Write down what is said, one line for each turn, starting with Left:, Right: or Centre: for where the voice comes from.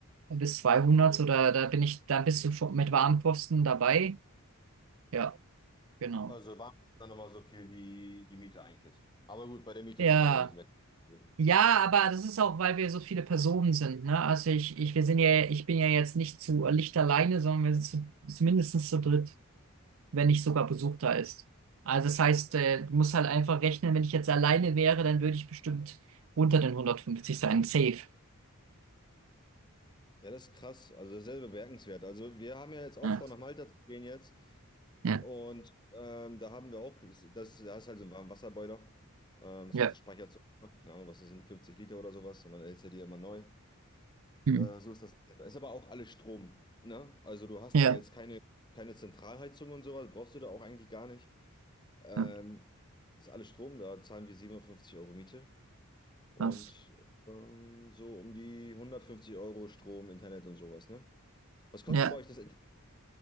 Right: bis 200 oder da da bin ich, da bist du schon mit Warmkosten dabei. Ja, genau.
Left: Also waren es dann nochmal so viel wie die Miete eigentlich. Aber gut, bei der Miete
Right: Ja.
Left: kann man ja nicht mehr. Ja,
Right: Ja, aber das ist auch, weil wir so viele Personen sind, ne? Also ich, ich, wir sind ja, ich bin ja jetzt nicht zu Licht alleine, sondern wir sind zu, zu mindestens zu dritt, wenn nicht sogar Besuch da ist. Also das heißt, äh, du musst halt einfach rechnen, wenn ich jetzt alleine wäre, dann würde ich bestimmt unter den 150 sein. Safe.
Left: das ist krass. Also sehr bemerkenswert. Also wir haben ja jetzt auch
Right: Ja.
Left: vor, nach Malta zu gehen jetzt.
Right: Ja.
Left: Und ähm, da haben wir auch, das, das, da ist halt so ein Warmwasserboiler. Ähm, das
Right: Ja.
Left: heißt, der speichert so, keine Ahnung, was das sind, 50 Liter oder sowas, und dann erhitzt er die immer neu.
Right: Hm.
Left: Äh, so ist das. Da ist aber auch alles Strom, ne? Also du hast
Right: Ja.
Left: da jetzt keine, keine Zentralheizung und sowas, brauchst du da auch eigentlich gar nicht. Ähm,
Right: Ja.
Left: das ist alles Strom, da zahlen wir 750 Euro Miete und
Right: Krass.
Left: ähm, so um die 150 Euro Strom, Internet und sowas, ne? Was kostet
Right: Ja.
Left: denn bei euch das Internet?